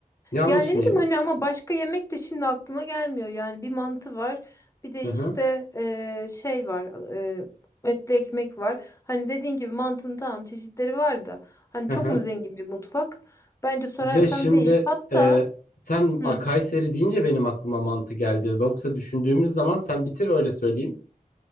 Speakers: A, on the left; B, on the left.
A: Yanlış
B: Yani ne
A: mıyım?
B: bileyim hani ama başka yemek de şimdi aklıma gelmiyor. Yani bir mantı var. Bir de
A: Hı hı.
B: işte eee, şey var. eee, etli ekmek var. Hani dediğin gibi mantının tamam çeşitleri var da. Hani
A: Hı
B: çok
A: hı.
B: mu zengin bir mutfak? Bence sorarsan
A: Ya şimdi
B: değil. Hatta
A: e, sen a,
B: hı,
A: Kayseri deyince benim aklıma mantı geldi. Yoksa düşündüğümüz zaman sen bitir öyle söyleyeyim.